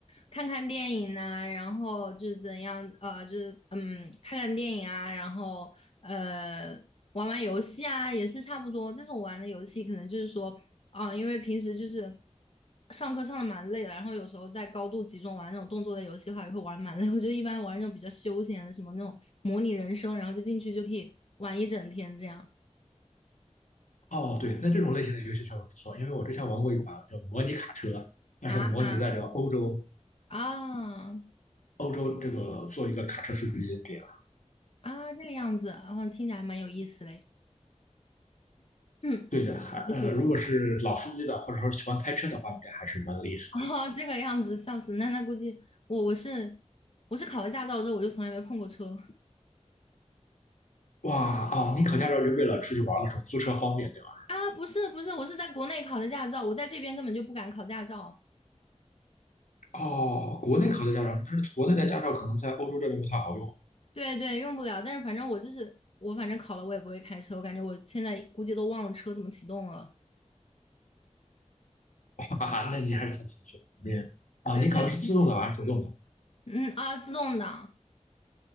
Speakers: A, on the left; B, on the left.
A: 看看电影呐、然后就是怎样，呃，就是嗯，看看电影啊，然后呃，玩玩游戏啊，也是差不多。但是我玩的游戏可能就是说，啊、因为平时就是上课上的蛮累的，然后有时候在高度集中玩那种动作类游戏的话，也会玩得蛮累。我就一般玩那种比较休闲的，什么那种模拟人生，然后就进去就可以玩一整天这样
B: 哦，对，那这种类型的游戏确实不错，因为我之前玩过一款叫模拟卡车，但是模拟在这个欧洲，
A: 啊啊。
B: 欧洲这个做一个卡车司机这样。
A: 啊，这个样子，然后听起来还蛮有意思嘞。嗯，
B: 对的，还呃，
A: 就是
B: 如果是老司机的，或者说喜欢开车的话，应该还是蛮有意思的。
A: 哦，这个样子，笑死！那那估计我我是我是考了驾照之后，我就从来没碰过车
B: 哇哦，你考驾照就为了出去玩的时候租车方便，对吧？
A: 啊。不是不是，我是在国内考的驾照，我在这边根本就不敢考驾照。
B: 哦，国内考的驾照，但是国内的驾照可能在欧洲这边不太好用，
A: 对对，用不了。但是反正我就是我，反正考了我也不会开车，我感觉我现在估计都忘了车怎么启动了。
B: <laughs> 哈哈，那你还是太谦虚了。你啊，
A: 对对，
B: 你考的是自动挡还是手动挡？
A: 嗯啊，自动挡。